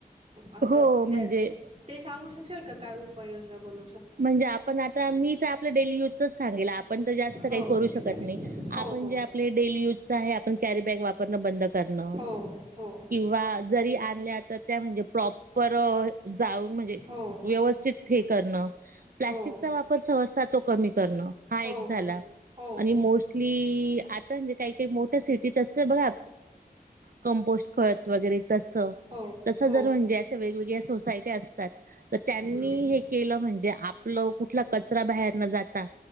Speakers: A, on the right; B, on the right.
A: असं
B: हो म्हणजे
A: ते सांगू शकत सांगाल का काय उपाययोजना बनून.
B: म्हणजे आपण आता मी तर आपल्या डेली युजच सांगेल. पण तर जास्त
A: हो
B: काही करू शकत नाही
A: हो
B: आपन
A: हो
B: जे आपले डेली यूजच आहे आपण कॅरी बॅग वापरण बंद करण
A: हो हो
B: किंवा जरी आणल्या तर त्या म्हणजे प्रॉपर जाऊन म्हणजे
A: हो
B: व्यवस्थित हे करणं. प्लास्टिकचा
A: हो
B: वापर सहजता तो कमी कर करण हा
A: हो
B: एक झाला
A: हो
B: आणि
A: हो
B: मोस्टली आता म्हणजे काही काही मोठ्या सिटी जर बघा कंपोस्ट खत वगैरे तस
A: हो
B: तस
A: हो
B: जर म्हणजे अशा वेगवेगळ्या सोसायटी असतात तर त्यांनी
A: हम्म
B: हे केलं म्हणे जे आपलं कुठला कचरा बाहेर न जाता